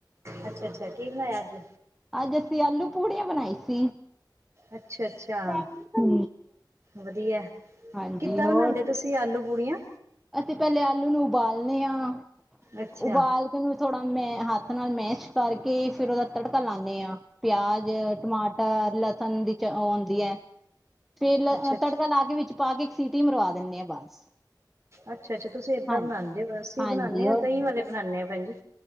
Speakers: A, on the right; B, in the centre.
A: ਅੱਛਾ ਅੱਛਾ ਕੀ ਬਣਾਇਆ ਅੱਜ?
B: ਅੱਜ ਅਸੀਂ ਆਲੂ ਪੂੜੀਆਂ ਬਣਾਈ ਸੀ।
A: ਅੱਛਾ ਅੱਛਾ
B: ਚ
A: ਵਧੀਆ
B: ਹਾਂਜੀ
A: ਕਿੱਦਾਂ
B: ਹੋਰ।
A: ਬਣਾਉਂਦੇ ਤੁਸੀਂ ਆਲੂ ਪੂੜੀਆਂ?
B: ਅਸੀਂ ਪਹਿਲੇ ਆਲੂ ਨੂੰ ਉਬਾਲਣੇ ਹਾਂ
A: ਅੱਛਾ
B: ਉਬਾਲ ਉਹਨੂੰ ਥੋੜਾ ਮੈਂ ਹੱਥ ਨਾਲ ਮੈਸ਼ ਕਰਕੇ ਫੇਰ ਉਹਦਾ ਤੜਕਾ ਲਾਦੇ ਹਾਂ। ਪਿਆਜ ਟਮਾਟਰ ਲਸਣ ਦੀ ਆਉਂਦੀ ਹੈ। ਫੇਰ
A: ਅੱਛਾ ਅੱਛਾ
B: ਤੜਕਾ ਲਾਗੇ ਵਿੱਚ ਪਾ ਕੇ ਇੱਕ ਸੀਟੀ ਮਰਵਾ ਦਿੰਦੇ ਆਾਂ ਬਸ
A: ਅੱਛਾ ਅੱਛਾ ਤੁਸੀਂ ਏਦਾਂ
B: ਹਾਂਜੀ
A: ਬਣਾਉਂਦੇ ਹੋ ਅਸੀਂ
B: ਹਾਂਜੀ
A: ਬਣਾਉਂਦੇ ਹਾਂ
B: ਹੋਰ
A: ਦਹੀਂ ਵਾਲੇ ਬਣਾਉਂਦੇ ਹਾਂ ਭੈਜੀ